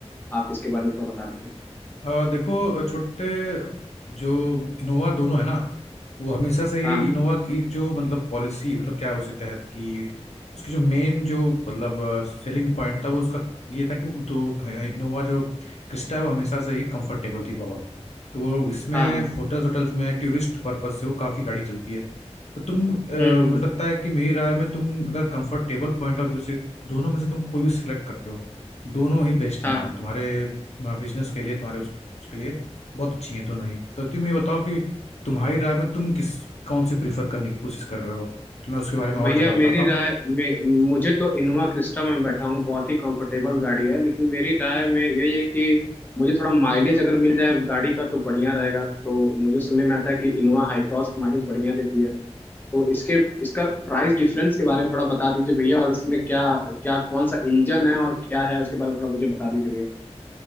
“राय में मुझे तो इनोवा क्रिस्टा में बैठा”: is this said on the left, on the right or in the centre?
Left